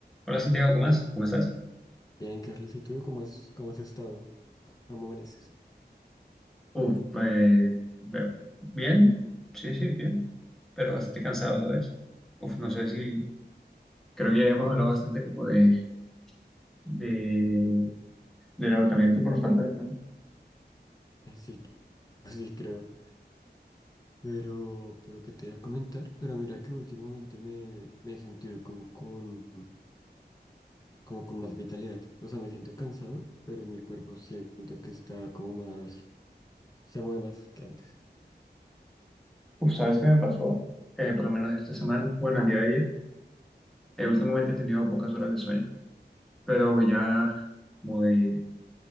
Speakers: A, in the centre; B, on the left.
A: Hola Santiago, ¿qué más? ¿Cómo estás?
B: Bien, Carlos, ¿y tú cómo has, cómo has estado? ¿Cómo amaneces?
A: Uf, pues eh, bien, sí, sí, bien, pero bastante cansado, ¿sabes? Uf, no sé si... Creo que ya hemos hablado bastante como de, de, del agotamiento por falta de tiempo.
B: Eh, Sí, <laughs> sí creo. Pero, pero qué te iba a comentar, pero mira que últimamente me, me he sentido como con, como con más vitalidad. O sea, me siento cansado, pero mi cuerpo siento que está como más, se mueve más que antes.
A: Uf, ¿sabes qué me pasó? Eh, por lo menos esta semana, bueno, el día de ayer, eh, últimamente he tenido pocas horas de sueño, pero ya como de